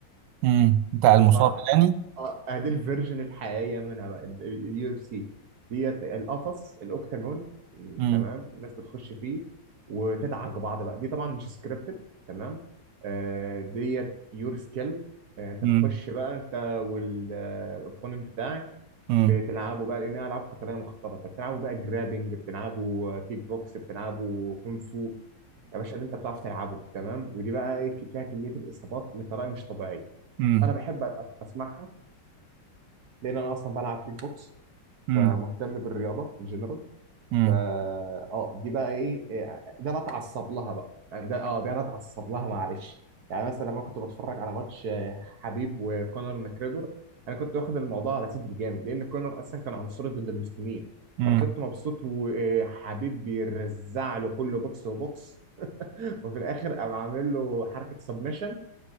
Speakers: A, on the right; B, on the right.
A: امم بتاع
B: مصارعه
A: المصاب يعني
B: آه، آه، دي الفيرجن الحقيقيه منها بقى اليو اف سي ديت القفص الاوكتاجون م،
A: امم
B: تمام الناس بتخش فيه وتدعك بعض بقى دي طبعا مش سكريبتد تمام آه، ديت بيور سكيل انت
A: امم
B: تخش بقى انت والاوبوننت بتاعك
A: امم
B: بتلعبوا بقى لانها العاب قتاليه مختلطه بتلعبوا بقى جرابنج بتلعبوا كيك بوكس بتلعبوا كونغ فو يا باشا اللي انت بتعرف تلعبه تمام ودي بقى إيه، فيها كميه الاصابات بطريقه مش طبيعيه
A: امم
B: انا بحب أ- اسمعها لان انا اصلا بلعب كيك بوكس
A: امم
B: فمهتم بالرياضه ان جنرال
A: امم
B: فا اه دي بقى ايه إيه، ده انا اتعصب لها بقى يعني ده اه ده انا اتعصب لها معلش يعني مثلا لما كنت بتفرج على ماتش آه، حبيب وكونر ماكريجور انا كنت واخد الموضوع على سد جامد لان كونر اصلا كان عنصري ضد المسلمين
A: امم
B: فانا كنت مبسوط وحبيب بيرزع له كله بوكس وبوكس <laughs> وفي الاخر قام عامل له حركه سبمشن